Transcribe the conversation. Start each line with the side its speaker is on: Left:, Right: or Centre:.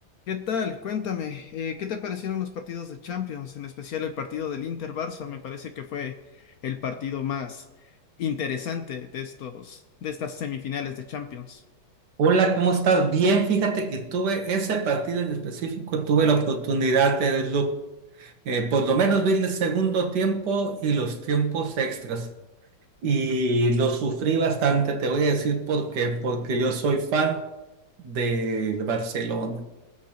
Left: ¿Qué tal? Cuéntame, eh, ¿qué te parecieron los partidos de Champions, en especial el partido del Inter-Barça? Me parece que fue el partido más interesante de estos, de estas semifinales de Champions.
Right: Hola, ¿cómo estás? Bien, fíjate que tuve ese partido en específico, tuve la oportunidad de verlo, eh, por lo menos vi el segundo tiempo y los tiempos extras. Y lo sufrí bastante, te voy a decir por qué, porque yo soy fan del Barcelona.